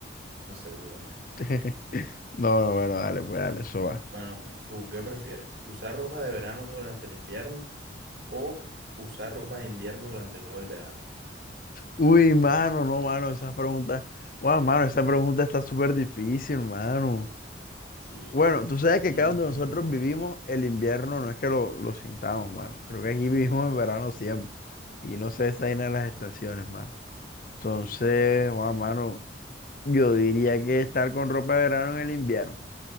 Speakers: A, on the right; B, on the left.
A: No aseguro, man.
B: <laughs> No, no, bueno, dale, pues dale, eso va.
A: Bueno, man, ¿tú qué prefieres? ¿Usar ropa de verano durante el invierno o usar ropa de invierno durante todo el verano?
B: Uy, mano, no, mano, esa pregunta, wow, mano, esa pregunta está súper difícil, mano.
A: Sí,
B: Bueno,
A: sí, está
B: tú sabes
A: bien,
B: que acá donde
A: bien,
B: nosotros
A: bien.
B: vivimos, el invierno no es que lo, lo sintamos, mano. Creo que aquí <laughs> vivimos en verano siempre. Y no se esa vaina de las estaciones, mano. Entonces, wow, mano. Yo diría que estar con ropa de verano en el invierno.